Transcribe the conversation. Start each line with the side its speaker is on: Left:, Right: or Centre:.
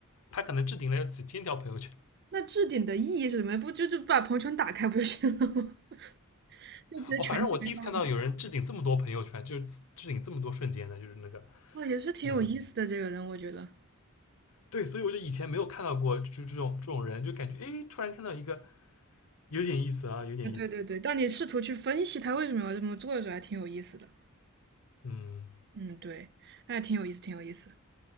Left: 他可能置顶了有几千条朋友圈，
Right: 那置顶的意义是什么？不就就把朋友圈打开不就行了吗？<laughs> 就直接全开上了。
Left: 哦，反正我第一次看到有人置顶这么多朋友圈，就是置顶这么多瞬间的，就是那个
Right: 哦，也是挺有意思的这个人，
Left: 嗯。
Right: 我觉得。
Left: 对，所以我就以前没有看到过就这种这种人，就感觉哎诶，突然看到一个有点意思啊，有点意思。
Right: 啊，对对对，当你试图去分析他为什么要这么做的时候，还挺有意思的。
Left: 嗯，
Right: 嗯，对，那还挺有意思，挺有意思。